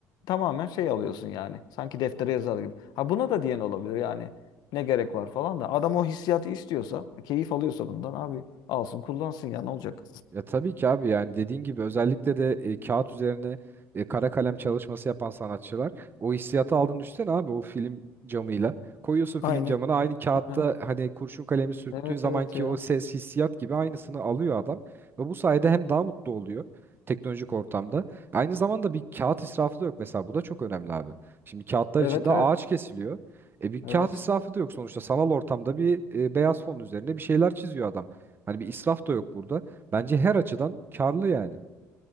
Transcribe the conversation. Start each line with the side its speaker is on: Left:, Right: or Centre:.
Left: tamamen şey alıyorsun yani. Sanki deftere yazar gibi. Ha buna da diyen olabilir yani. Ne gerek var falan da. Adam o hissiyatı istiyorsa, keyif alıyorsa bundan abi alsın kullansın ya ne olacak?
Right: Ya tabii ki abi yani dediğin gibi özellikle de e, kağıt üzerine e, kara kalem çalışması yapan sanatçılar o hissiyatı aldın üstten abi o film camıyla. Koyuyorsun
Left: Aynı.
Right: film camına aynı kağıtta
Left: Aha.
Right: hani kurşun kalemi sürttüğün
Left: Evet
Right: zamanki
Left: evet ya.
Right: o ses hissiyat gibi aynısını alıyor adam. Ve bu sayede hem daha mutlu oluyor teknolojik ortamda. Aynı zamanda bir kağıt israfı da yok mesela bu da çok önemli abi. Şimdi kağıtlar
Left: Evet
Right: içinde
Left: evet.
Right: ağaç kesiliyor. E bir kağıt
Left: Evet.
Right: israfı da yok sonuçta sanal ortamda bir e, beyaz fon üzerine bir şeyler çiziyor adam. Hani bir israf da yok burada. Bence her açıdan karlı yani.